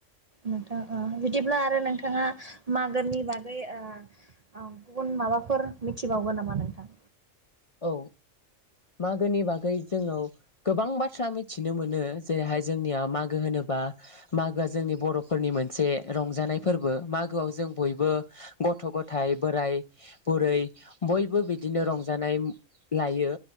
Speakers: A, on the right; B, on the left.
A: नोंथां अ बिदिब्ला आरो नोंथाङा मागोनि बागै ओ ओं गुबुन माबाफोर मिथिबावगोन नामा नोंथां
B: औ मागोनि बागै जोंऔ गोबां बाथ्रा मिथिनो मोनो जेरैहाय जोंनिया मागो होनोबा मागोआ जोंनि बर'फोरनि मोनसे रंजानाय फोरबो मागोआव जों बयबो गथ' गथाय बोराइ बुरै बयबो बिदिनो रं जानाय लायो